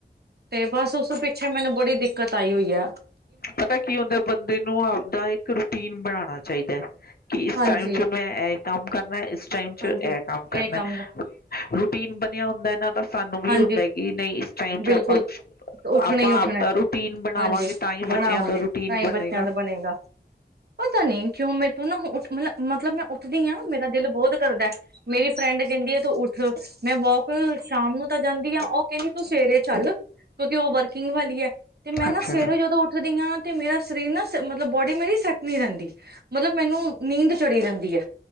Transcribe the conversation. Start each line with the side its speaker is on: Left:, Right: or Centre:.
Right: ਤੇ ਬਸ ਉਸ ਅੱਛਾ ਮੈਨੂੰ ਬੜੀ ਦਿੱਕਤ ਆਈ ਹੋਈ ਆ
Left: ਪਤਾ ਕੀ ਹੁੰਦਾ ਬੰਦੇ ਨੂੰ ਆਪਦਾ ਇੱਕ ਰੂਟੀਨ ਬਣਾਉਣਾ ਚਾਹੀਦਾ ਕਿ ਇਸ
Right: ਹਾਂਜੀ
Left: ਟਾਈਮ ਚ ਮੈਂ ਇਹ ਕੰਮ ਕਰਨਾ ਇਸ ਟਾਇਮ ਸਿਰ
Right: ਹਾਂਜੀ
Left: ਐਡ ਔਨ ਕਰਨਾ
Right: ਇਹ ਕੰਮ
Left: ਰੂਟੀਨ ਬਣੀ ਨਹੀਂ ਹੁੰਦਾ ਇਹ ਨਾ ਤੋਂ ਸਾਨੂੰ ਵੀ
Right: ਹਾਂਜੀ
Left: ਹੁੰਦਾ ਕਿ ਨਹੀਂ ਇਸ ਟਾਈਮ
Right: ਬਿਲਕੁਲ
Left: ਚ ਆਪਾਂ
Right: ਉੱਠਣਾ
Left: ਆਪਾਂ
Right: ਹੀ ਉੱਠਣਾ
Left: ਆਪਦਾ ਰੂਟੀਨ ਬਣਾਵਾਂਗੇ।
Right: ਹਾਂਜੀ ਬਣਾਵਾਂਗੇ
Left: ਬੱਚਿਆਂ ਦਾ ਰੂਟੀਨ
Right: ਤਾਂ ਹੀ
Left: ਬਣੇਗਾ
Right: ਬੱਚਿਆਂ ਦਾ ਬਣੇਗਾ ਪਤਾ ਨੀ ਕਿਉਂ ਮੈਂ ਤੂੰ ਨਾ ਹੂੰ ਉੱਠ ਮੱਲ ਮਤਲਬ ਮੈਂ ਉੱਠਦੀ ਹਾਂ, ਮੇਰਾ ਦਿਲ ਬਹੁਤ ਕਰਦਾ ਮੇਰੀ ਫਰੈਂਡ ਕਹਿੰਦੀ ਆ ਤੂੰ ਉੱਠ ਮੈਂ ਵੋਕ ਸ਼ਾਮ ਨੂੰ ਤਾਂ ਜਾਂਦੀ ਆ ਉਹ ਕਹਿੰਦੀ ਤੂੰ ਸਵੇਰੇ ਚੱਲ। ਕਿਉਂਕਿ ਉਹ ਵਰਕਿੰਗ ਵਾਲੀ ਹੈ। ਤੇ ਮੈਂ
Left: ਅੱਛਾ
Right: ਨਾ ਸਵੇਰੇ
Left: ਅੱਛਾ
Right: ਜਦੋਂ ਉੱਠਦੀ ਹਾਂ ਤੇ ਮੇਰਾ ਸਰੀਰ ਨਾ ਮਤਲਬ ਬੋਡੀ ਮੇਰੀ ਸੈੱਟ ਨੀ ਰਹਿੰਦੀ, ਮਤਲਬ ਮੈਨੂੰ ਨੀਂਦ ਚੜੀ ਰਹਿੰਦੀ ਹੈ